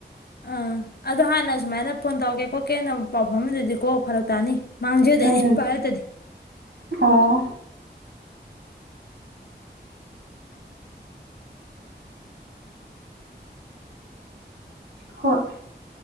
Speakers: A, on the left; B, on the right.
A: ꯑꯥ ꯑꯗꯣ ꯍꯥꯟꯅ ꯁꯨꯃꯥꯏꯅ ꯐꯣꯟ ꯇꯧꯒꯦ ꯍꯣꯏ ꯀꯦꯟꯅ ꯄꯥꯎꯐꯝꯗꯨꯗꯤꯀꯣ ꯐꯔꯛ ꯇꯥꯅꯤ ꯃꯥꯡꯖꯗꯣꯏꯅꯦ
B: ꯎꯝ
A: ꯄꯔꯠꯇꯗꯤ
B: ꯑꯣ ꯍꯣꯏ